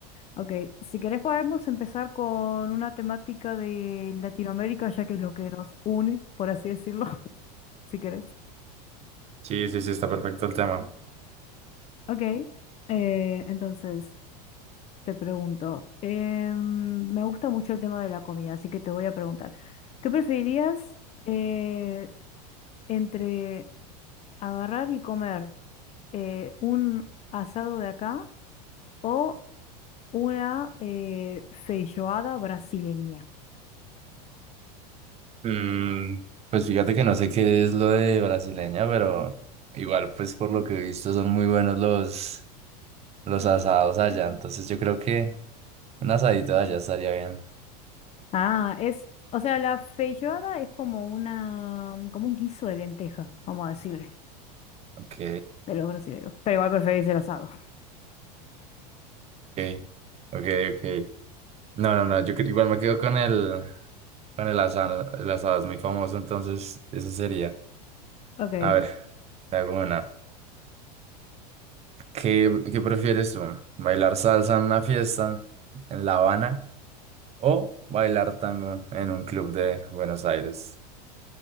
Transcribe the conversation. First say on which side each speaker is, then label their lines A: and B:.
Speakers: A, on the left; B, on the right.
A: Ok, si querés podemos empezar con una temática de Latinoamérica, ya que es lo que nos une, por así decirlo, <laughs> si querés.
B: Sí, sí, sí, está perfecto el tema.
A: Ok, eh, entonces Te pregunto, em, me gusta mucho el tema de la comida, así que te voy a preguntar, ¿qué preferirías eh, entre agarrar y comer eh, un asado de acá o una eh, feijoada brasileña?
B: Mm, pues fíjate que no sé qué es lo de brasileña, pero igual, pues por lo que he visto, son muy buenos los, los asados allá. Entonces yo creo que un asadito de allá estaría bien.
A: Ah, es, o sea, la feijoada es como una, como un guiso de lenteja, vamos a decirle,
B: Ok,
A: de los brasileños. Pero igual preferís el asado.
B: ok, ok, ok. No, no, no, yo cre- igual me quedo con el, con el asado. El asado es muy famoso, entonces eso sería.
A: Ok.
B: A ver, te hago una. ¿Qué, qué prefieres tú? ¿Bailar salsa en una fiesta en La Habana o bailar tango en un club de Buenos Aires?